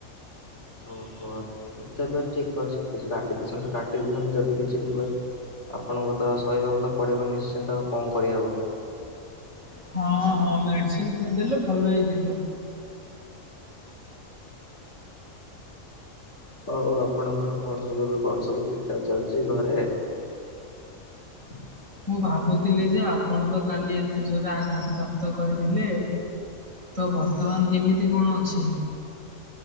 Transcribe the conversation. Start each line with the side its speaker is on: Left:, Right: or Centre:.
Left: ଓହୋ ତେବେ ଠିକ ଅଛି। କିଛି କାଟିଦଛନ୍ତି କାଟିଦଛନ୍ତି ଯଦି କିଛି ବି ହୁଏ। ଆପଣଙ୍କୁ ତ ସହହିବାକୁ ତ ପଡିବ ନିଶ୍ଚିନ୍ତ ଆଉ କଣ କରିହେବ?
Right: ହଁ ହଁ ମେଡ଼ିସିନ ଖାଇଦେଲେ ଭଲ ହେଇଯିବ।
Left: ହଉ ଆପଣଙ୍କର କଣ ସବୁ ଏବେ କଣ ସବୁ ଠିକ ଠାକ ଚାଲିଛି ଘରେ? <inaudible>
Right: ମୁଁ ଭାବୁଥିଲି ଯେ ଆପଣ ତ କାଲି ଏତେ ଜୋରେ ଆଘାତ ପ୍ରାପ୍ତ କରିଥିଲେ। ତ ବର୍ତ୍ତମାନ କେମିତି କଣ ଅଛି?